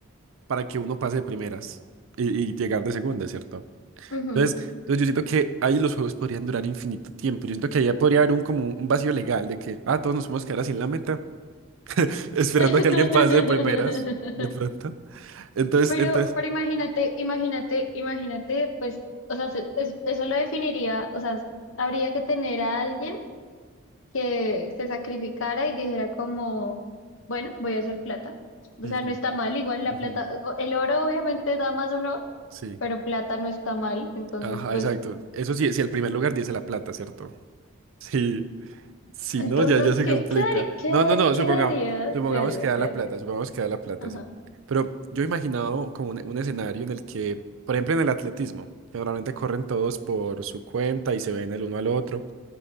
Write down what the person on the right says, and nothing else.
para que uno pase de primeras y, y llegar de segunda, ¿cierto?
Entonces, entonces yo siento que ahí los juegos podrían durar infinito tiempo. Yo siento que ahí ya podría haber un como un vacío legal de que, ah, todos nos vamos a quedar así en la meta, <laughs> esperando
a que alguien pase de primeras, de pronto. Entonces,
entonces.
Ujú,
ujú,
Sí.
Ajá,
exacto. Eso sí, si el primer lugar dice la plata, ¿cierto? Sí. Si
no, ya, ya se
complica.
No, no, no,
supongamos,
supongamos
que da
la
plata, supongamos que da la plata,
sí. Pero yo he imaginado como un, un escenario en el que, por ejemplo, en el atletismo, que normalmente corren todos por su cuenta y se ven el uno al otro.